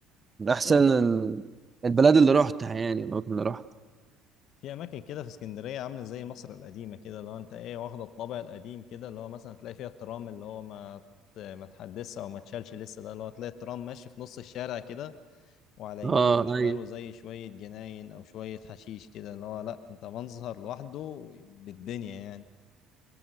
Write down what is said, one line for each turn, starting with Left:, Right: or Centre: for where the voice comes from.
Right: من احسن
Left: في اماكن
Right: ال- البلاد اللي رحتها يعني الاماكن اللي رحت
Left: في اماكن كده في اسكندريه عامله زي مصر القديمه كده اللي هو انت ايه واخده الطابع القديم كده اللي هو مثلا تلاقي فيها الترام اللي هو ما ما تحدثش او ما تشالش لسه ده اللي هو تلاقي الترام ماشي في نص الشارع كده وعلى
Right: اه
Left: يمينه وشماله
Right: ايوه
Left: زي شوية جناين أو شوية حشيش كده اللي هو لأ أنت منظر لوحده بالدنيا يعني